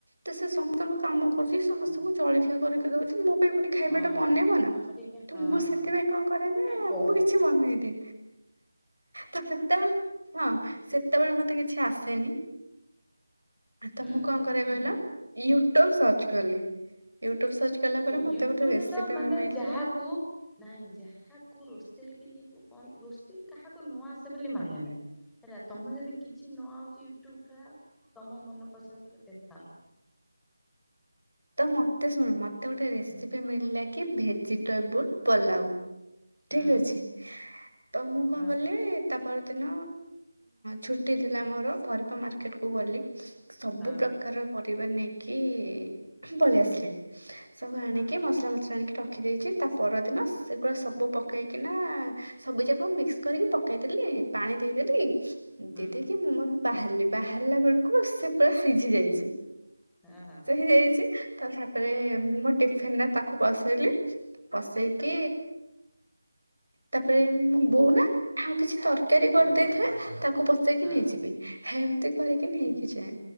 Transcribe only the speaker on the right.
ତ ସେ ସମସ୍ତଙ୍କ କାମ କରୁଛି ସମସ୍ତଙ୍କୁ
ଚଳି କରିକି ଦଉଚି ମୋ ପାଇଁ ପୁଣି ଖାଇବାଟା
ବନେଇବ ନା
ତ
ମୁଁ ସେଥିପାଇଁ କଣ କରେ ନା
ମୁଁ କିଛି କିଛି ମନଇବି ତାପରେ। ସେତେବେଳେ ହଁ ସେତେବେଳେ ମତେ କିଛି ଆସେନି। ତ
ମୁଁ କଣ କରିବା କହିଲ ୟୁଟ୍ୟୁବ ସର୍ଚ୍ଚ କଲି ୟୁଟ୍ୟୁବ ସର୍ଚ୍ଚ କଲା ପରେ ମତେ
ଗୋଟେ ରେସିପି
ମିଳିଲା
ତ ମତେ ଶୁଣ ମତେ ଗୋଟେ ରେସିପି
ମିଳିଲା କି ଭେଜି <inaudible> ପଲାଉ
ଠିକ ଅଛି ତ ମୁଁ କଣ
କଲି। ତା ପର ଦିନ ଛୁଟି ଥିଲା ମୋର ପରପା ମାର୍କେଟ କୁ ଗଲି। ସବୁ
ପ୍ରକାରର ପରିବାର ନେଇକି ପଳେଇଆସିଲି। ସବୁ ଆଣିକି
ମସଲା ମସଲା ଆଣିକି ଟ ରଖି ଦେଇଛି ତା ପରଦିନ ସେଗୁଡ଼ା ସବୁ ପକାଇକିନା ସବୁ ଯାକ ମିକ୍ସ କରିକି ପକେଇଦେ ଲି ପାଣି ଦେଇଦେଲି
ଦିଦି କିି ମୁଁ ମୋର ବାହାରିଲି ବାହାରିଲା ବେଳକୁ ସେ ପା ସିଝି ଯାଇଛି।
ହେଇଯାଇଛି ତା, ଛାତରେ ମୁଁ ମୋ ଟିଫିନରେ ତାକୁ ବସେଇଲି ବସେଇକି? ତାପରେ ମୋ ବୋଉ ନା ଆଉ କିଛି ତର କ୍ୟାରି କରିଦେଇଥାଏ
ତାକୁ ପସେଇକି
ନେଇଯିବି ହେମିତି କରିକି ନେଇକି
ଯାଏ।